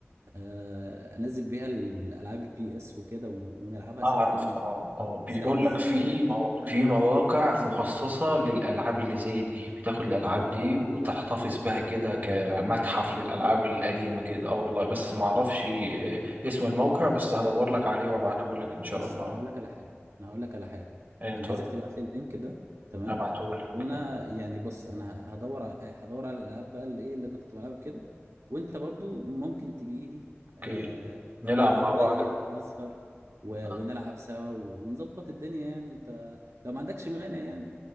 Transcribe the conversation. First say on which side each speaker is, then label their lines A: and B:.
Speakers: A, on the right; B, on the right.
A: آه، انزل بيها الالعاب البي اس وكده و- ونلعبها
B: أعرف
A: سوا تاني
B: طبعا اه بيقول
A: نستعيد الذكريات
B: لك في
A: دي
B: مو... في مواقع مخصصة للألعاب اللي زي دي بتاخد الألعاب
A: والله
B: دي وتحتفظ بها كده كمتحف للألعاب
A: بجد
B: القديمة كده اه والله بس ما أعرفش آه، اسم الموقع بس هدور لك عليه وأبعته لك إن شاء
A: بص
B: الله
A: انا هقول لك على حاجه انا هقول لك على حاجه
B: أيوة اتفضل
A: انا عايزك تبعت لي اللينك ده تمام
B: هبعته لك
A: وانا يعني بص انا هدور على هدور على الالعاب بقى اللي ايه اللي انا كنت بلعبها كده وانت برضو ممكن تجي لي
B: أوكي
A: آه
B: نلعب
A: نقعد
B: مع بعض
A: بقى ايه
B: بقى
A: نسهر و...
B: آه.
A: ونلعب سوا ونظبط الدنيا يعني انت لو ما عندكش مانع يعني